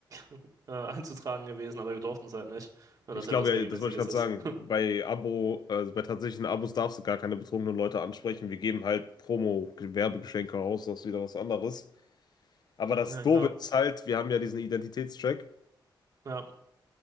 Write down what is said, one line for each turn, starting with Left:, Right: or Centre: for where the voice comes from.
Right: <laughs> äh, einzutragen gewesen, aber wir durften es halt nicht. Nur,
Left: Ich
Right: dass ja
Left: glaube
Right: was Regelmäßiges
Left: ja, das wollte ich gerade
Right: ist.
Left: sagen. Bei Abo, also bei tatsächlichen Abos darfst du gar keine betrunkenen Leute ansprechen. Wir geben halt Promo-Werbegeschenke raus, das ist wieder was anderes. Aber das
Right: Ja,
Left: Doofe
Right: klar.
Left: ist halt, wir haben ja diesen Identitätscheck.
Right: Ja.